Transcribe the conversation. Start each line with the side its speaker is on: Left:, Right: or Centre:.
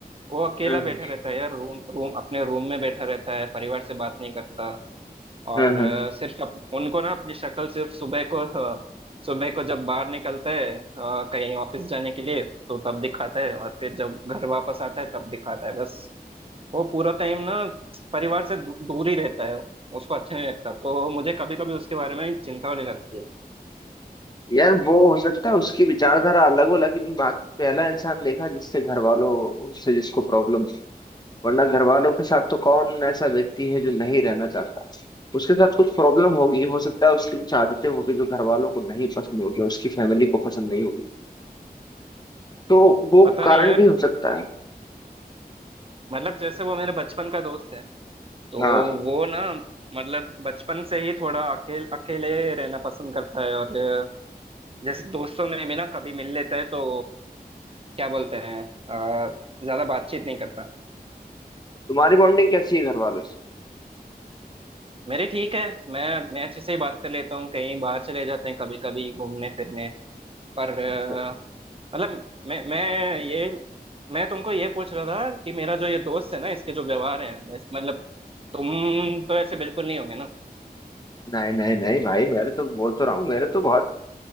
Right: वो अकेला
Left: हम्म,
Right: बैठा रहता है यार रूम रूम अपने रूम में बैठा रहता है परिवार से बात नहीं करता और
Left: हम्म,
Right: अ,
Left: हम्म।
Right: सिर्फ अप, उनको ना अपनी शक्ल सिर्फ सुबह को अ, सुबह को जब बाहर निकलता है अ, कहीं ऑफिस जाने के लिए तो तब दिखाता है और फिर जब घर वापस आता है तब दिखाता है बस वो पूरा टाइम ना परिवार से दू, दूर ही रहता है उसको अच्छा नहीं लगता तो मुझे कभी कभी उसके बारे में चिंता होने लगती है
Left: यार वो हो सकता है उसकी विचारधारा अलग हो लेकिन बात पहला इंसान देखा जिससे घर वालों से जिसको प्रॉब्लम वरना घर वालों के साथ तो कौन ऐसा व्यक्ति है जो नहीं रहना चाहता उसके साथ कुछ प्रॉब्लम होगी हो सकता है उसकी कुछ आदतें होगी जो घर वालों को नहीं पसंद होगी उसकी फैमिली को पसंद नहीं होगी तो वो
Right: पता
Left: कारण
Right: नहीं यार
Left: भी हो सकता है
Right: मतलब जैसे वो मेरे बचपन का दोस्त है तो
Left: हाँ
Right: वो ना मतलब बचपन से ही थोड़ा अकेले अकेले रहना पसंद करता है और अ, जैसे दोस्तों में भी ना कभी मिल लेता है तो क्या बोलते हैं अ, ज्यादा बातचीत नहीं करता
Left: तुम्हारी बॉन्डिंग कैसी है घर वालों से
Right: मेरे ठीक है मैं मैं अच्छे से ही बात कर लेता हूँ कहीं बाहर चले जाते हैं कभी कभी घूमने फिरने पर अ,
Left: अच्छा
Right: मतलब मैं मैं ये मैं तुमको ये पूछ रहा था कि मेरा जो ये दोस्त है ना इसके जो व्यवहार है मतलब तुम तो ऐसे बिल्कुल नहीं होगे ना
Left: नहीं नहीं नहीं भाई मेरे तो बोल तो रहा हूँ मेरे तो बहुत